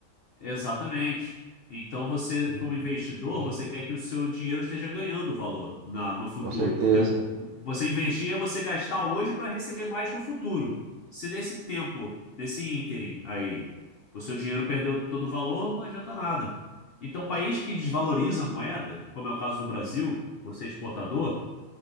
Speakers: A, on the left; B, on the right.
A: Exatamente. Então você,
B: Sim.
A: como investidor,
B: Sim,
A: você quer que o seu dinheiro esteja ganhando valor na, no futuro,
B: com certeza.
A: porque você investir é você gastar hoje para receber mais no futuro. Se nesse tempo, nesse ínterim aí, o seu dinheiro perdeu todo o valor, não adianta nada. Então, país que desvaloriza a moeda, como é o caso do Brasil, por ser exportador